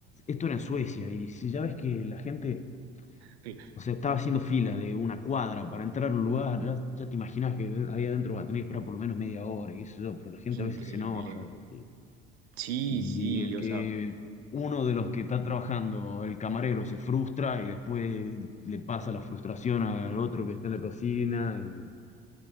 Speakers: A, on the left (about 25°); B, on the right (about 70°).
A: esto era en Suecia y si ya ves que la gente
B: qué,
A: O sea, estaba haciendo fila de una cuadra para entrar a un lugar. Ya, ya te imaginas que ahí adentro va a tener que esperar por lo menos media hora, qué sé yo, pero la gente
B: qué increíble.
A: a veces se enoja. Y,
B: Sí,
A: y
B: sí,
A: el
B: o
A: que
B: sea,
A: uno de los que está trabajando, el camarero, se frustra y después le pasa la frustración al otro que está en la cocina. Y,